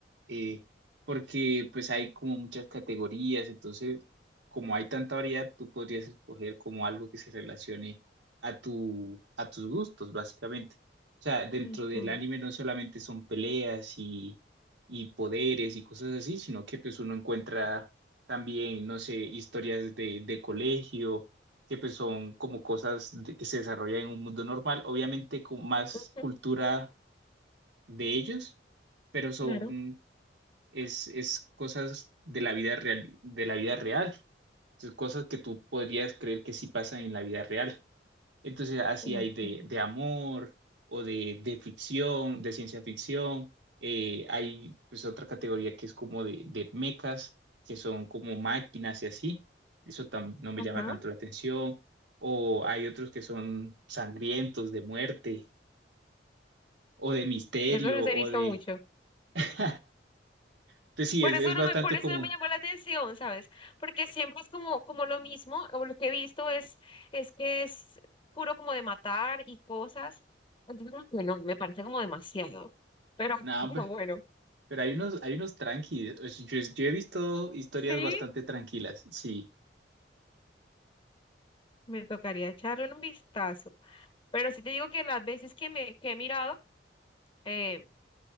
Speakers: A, on the right; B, on the left.
A: eh, porque pues hay como muchas categorías, entonces como hay tanta variedad, tú podrías escoger como algo que se relacione a tu, a tus gustos, básicamente. O sea, dentro
B: Ujú,
A: del anime no solamente son peleas y, y poderes y cosas así, sino que pues uno encuentra también, no sé, historias de, de colegio, que pues son como cosas de- que se desarrollan en un mundo normal, obviamente con más
B: ujú,
A: cultura de ellos pero son,
B: Claro.
A: es, es cosas de la vida real, de la vida real, Entonces, cosas que tú podrías creer que sí pasan en la vida real. Entonces, así
B: ok.
A: hay de, de amor o de, de ficción, de ciencia ficción. Eh, hay pues otra categoría que es como de, de mecas, que son como máquinas y así. Eso tam- no me
B: Ajá.
A: llama tanto la atención. O hay otros que son sangrientos, de muerte, o de misterio,
B: Eso los
A: o
B: he visto
A: de...
B: mucho.
A: <laughs> Entonces sí,
B: Por
A: es,
B: eso
A: es bastante
B: no me, por eso
A: común.
B: no me llamó la atención, ¿sabes? Porque siempre es como, como lo mismo, o lo que he visto es, es que es puro como de matar y cosas. Entonces, como que no, me parece como demasiado. Pero,
A: No,
B: <laughs> pero
A: pe-
B: bueno,
A: pero hay unos, hay unos tranquilos. Yo, yo he visto historias
B: sí,
A: bastante tranquilas. Sí,
B: me tocaría echarle un vistazo. Pero sí te digo que las veces que me que he mirado, eh,